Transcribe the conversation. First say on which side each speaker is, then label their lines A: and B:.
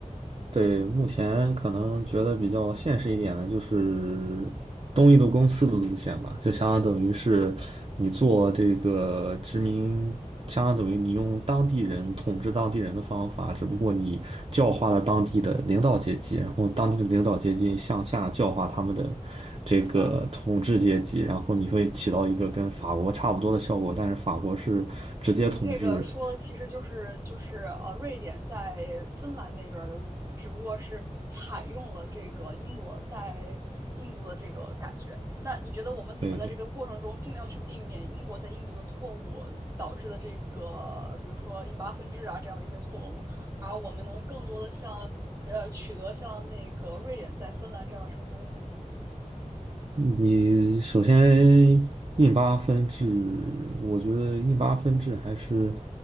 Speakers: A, on the right (about 45°); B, on the right (about 20°).
A: 对，目前可能觉得比较现实一点的就是东印度公司的路线吧，就相当等于是你做这个殖民，相当等于你用当地人统治当地人的方法，
B: 嗯，
A: 只不过你教化了当地的领导阶级，然后当地的领导阶级向下教化他们的这个统治阶级，
B: 明白。
A: 然后你会起到一个跟法国差不多的效果，但是法国是直接统治。
B: 你这个说的其实就是就是呃，瑞典在芬兰那边的路线，只不过是采用了这个英国在印度的这个感觉。那你觉得我们怎么在这个过程中尽量去避免英国在印度的错误导致的这个，
A: 对对。
B: 比如说印巴分治啊这样的一些错误，而我们能更多的像呃取得像那个瑞典在芬兰这样的成功呢？
A: 你首先印巴分治，我觉得印巴分治还是，